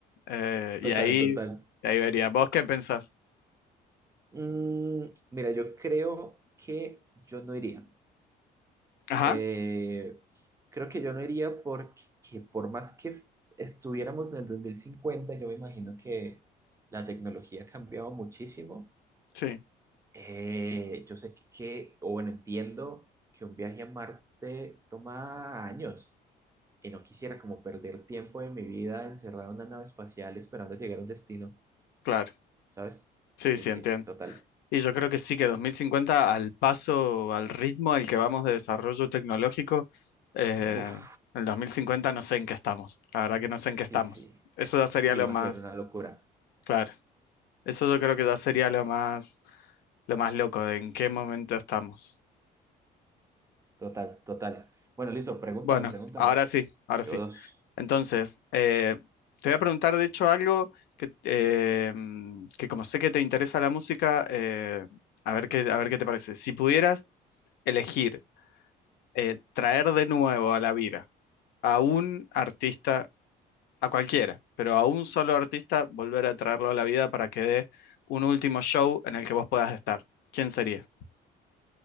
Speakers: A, on the left; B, on the right.
A: Eh,
B: <laughs> Total,
A: y ahí,
B: total.
A: y ahí vería, ¿vos qué pensás?
B: Mm, mira, yo creo que yo no iría.
A: Ajá,
B: Eh, creo que yo no iría porque por más que f- estuviéramos en el 2050 yo me imagino que la tecnología ha cambiado muchísimo.
A: sí,
B: Eh, yo sé que, o bueno, entiendo que un viaje a Marte toma años y no quisiera como perder tiempo de mi vida encerrado en una nave espacial esperando llegar a un destino,
A: claro.
B: ¿sabes?
A: Sí,
B: Sí,
A: sí,
B: sí,
A: entiendo.
B: total.
A: Y yo creo que sí, que 2050, al paso, al ritmo al que vamos de desarrollo tecnológico, eh,
B: Buf,
A: el 2050 no sé en qué estamos. La verdad que no sé en qué
B: sí,
A: estamos.
B: sí.
A: Eso ya sería
B: Sí,
A: lo
B: va
A: más,
B: a ser una locura.
A: claro. Eso yo creo que ya sería
B: Sí, sí,
A: lo
B: sí.
A: más, lo más loco de en qué momento estamos.
B: Total, total. Bueno, listo, pregúntame,
A: Bueno,
B: pregúntame.
A: ahora sí, ahora
B: Llevo
A: sí.
B: dos.
A: Entonces, eh, te voy a preguntar de hecho algo que, eh, mm, que como sé que te interesa la música, eh, a ver qué, a ver qué te parece. Si pudieras elegir eh, traer de nuevo a la vida a un artista, a cualquiera, pero a un solo artista, volver a traerlo a la vida para que dé un último show en el que vos puedas estar. ¿Quién sería?